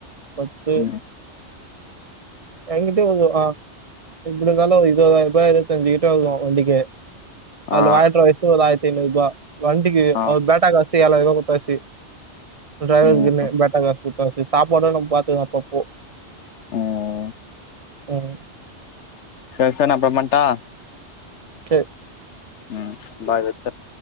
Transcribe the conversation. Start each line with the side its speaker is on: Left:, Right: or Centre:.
Right: பத்து
Left: ம்
Right: எங்க்கிட்ட வரு எப்படி இருந்தாலோ இருபதாயிரபா இருபத்தஞ்சு கிட்ட இருக்கு வண்டிக்கு அதுல
Left: ஆ
Right: வாட்டர் வாஷ் ஒரு ஆயிர் ஐநூறுபா வண்டிக்கு
Left: ஆ
Right: அவ பேட்டா காசு சி ஏழாயிருபா குடுத்தாச்சி ஒரு டிரைவருக்குன்னு
Left: ம்
Right: பேட்டா காசு குட்த்தாசி சாப்பாடு நம்ம பாத்துக்கலா அப்பப்போ
Left: ம்
Right: ம்
Left: சரி சார் நா அப்றோ பண்ட்டா
Right: சரி
Left: ம் பாய் வெச்சுர்ர